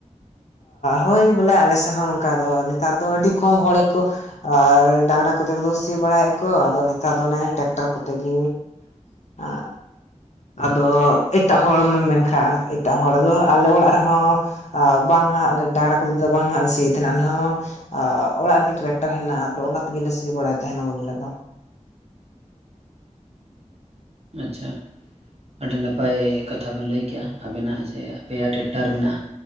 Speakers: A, on the left; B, on the right.
A: ᱦᱳᱭ ᱵᱚᱞᱮ ᱟᱞᱮ ᱥᱮᱫ ᱦᱚᱸ ᱱᱚᱝᱠᱟ ᱫᱚ ᱱᱮᱛᱟᱨ ᱫᱚ ᱟᱹᱰᱤ ᱠᱚᱢ ᱦᱚᱲ ᱜᱮᱠᱚ ᱟᱨ ᱰᱟᱝᱨᱟ ᱠᱚᱛᱮ ᱠᱚᱫᱚ ᱥᱤ ᱵᱟᱲᱟᱭᱮᱜ ᱟᱠᱚ ᱟᱫᱚ ᱱᱮᱛᱟᱨ ᱫᱚ ᱚᱱᱮ ᱴᱮᱠᱴᱟᱨ ᱠᱚᱛᱮ ᱜᱮ <unintelligible> ᱟᱫᱚ ᱮᱴᱟᱜ ᱦᱚᱲᱢ ᱢᱮᱱᱠᱷᱟᱱ ᱮᱴᱟᱜ ᱦᱚᱲ ᱫᱚ ᱟᱞᱮ ᱚᱲᱟᱜ ᱨᱮᱦᱚᱸ ᱵᱟᱝ ᱦᱟᱜ ᱟᱞᱮ ᱰᱟᱝᱨᱟ ᱠᱚᱫᱚ ᱫᱚ ᱵᱟᱝ ᱦᱟᱸᱜ ᱞᱮ ᱥᱤᱭᱮᱫ ᱛᱟᱦᱮᱱᱟ ᱟᱞᱮᱦᱚᱸ ᱚᱲᱟᱜ ᱨᱮᱜᱮ ᱴᱨᱟᱠᱴᱟᱨ ᱦᱮᱱᱟᱜᱼᱟ ᱟᱫᱚ ᱚᱱᱟ ᱛᱮᱜᱮ ᱥᱤ ᱵᱟᱲᱟᱭ ᱛᱟᱦᱮᱱᱟ ᱵᱚᱞᱮ ᱫᱚ
B: ᱟᱪᱪᱷᱟ ᱟᱹᱰᱤ ᱱᱟᱯᱟᱭ ᱠᱟᱛᱷᱟ ᱵᱮᱱ ᱞᱟᱹᱭ ᱠᱮᱜᱼᱟ ᱟᱵᱮᱱᱟᱜ ᱡᱮ ᱟᱯᱮᱭᱟᱜ ᱴᱮᱠᱴᱟᱨ ᱢᱮᱱᱟᱜᱼᱟ